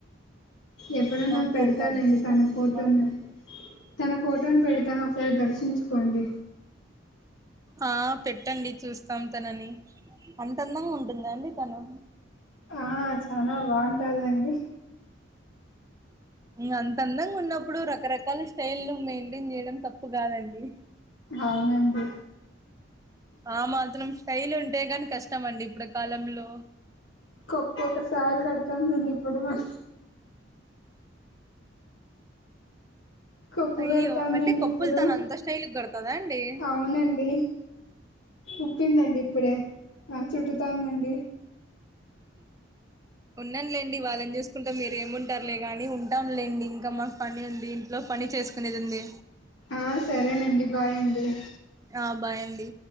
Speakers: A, on the left (about 70°); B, on the right (about 15°).
A: ఎప్పుడైన్నా
B: మాకి
A: పెడతా
B: అంత అదృష్టం
A: లేండి తన
B: ఉంటే
A: ఫోటోను
B: బాగుండేది
A: తన ఫోటోను పెడితాను ఒకసారి దర్శించుకోండి
B: ఆ పెట్టండి చూస్తాం తనని అంతందంగా ఉంటుందా అండి తను
A: ఆ చనా బాగుంటాదండి
B: ఇంగ అంత అందంగా ఉన్నప్పుడు రకరక లు స్టైల్ మెయింటైన్ చేయడం తప్పు కాదండి
A: అవునండి
B: ఆ మాత్రం స్టైల్ ఉంటే కాని కష్టమండి ఇప్పుడు కాలంలో
A: కొప్పు ఒక సారి కడతానుదండి ఇప్పుడు మ కొప్పు
B: అయ్యో
A: పెడుతందండి
B: అంటే కప్పులు
A: ఇప్పుడు
B: తను అంత స్టైల్ కడతదా అండి
A: అవునండి ఉప్పిందండి ఇప్పుడే ఆ చుట్టుతోందండి
B: ఉన్నానులేండి వాళ్ళని చూసుకుంట మీరు ఏమింటారులే గాని ఉ లెండి ఇంక మాకు పని ఉంది ఇంట్లో పని చేసుకునేది ఉంది
A: ఆ సరేనండి బాయ్ అండి
B: ఆ బాయండి